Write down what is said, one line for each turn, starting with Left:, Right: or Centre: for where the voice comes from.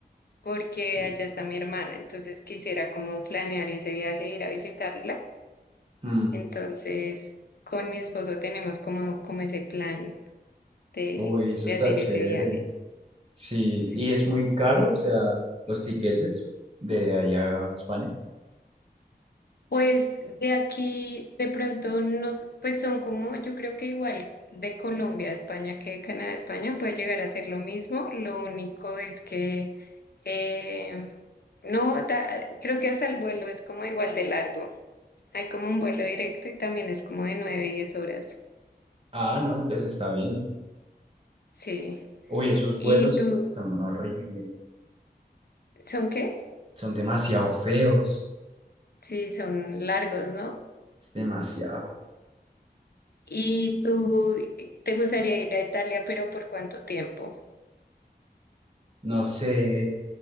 Left: porque
Right: Sí.
Left: allá está mi hermana, entonces quisiera como planear ese viaje, ir a visitarla.
Right: Mm,
Left: Entonces, con mi esposo tenemos como, como ese plan de,
Right: uy, eso
Left: de
Right: está
Left: hacer
Right: chévere.
Left: ese viaje.
Right: Sí,
Left: Sí.
Right: y es muy caro, o sea, los tiquetes de allá a España.
Left: Pues de aquí, de pronto, nos, pues son como, yo creo que igual de Colombia a España que de Canadá a España puede llegar a ser lo mismo. Lo único es que... em, No, da- creo que hasta el vuelo es como igual de largo. Hay como un vuelo directo y también es como de nueve diez horas.
Right: Ah, no, entonces está bien.
Left: Sí.
Right: Uy, esos
Left: ¿Y
Right: vuelos
Left: tú,
Right: son horribles,
Left: son qué?
Right: son demasiado feos,
Left: Sí, son largos, ¿no?
Right: es demasiado.
Left: ¿Y tú te gustaría ir a Italia, pero por cuánto tiempo?
Right: No sé,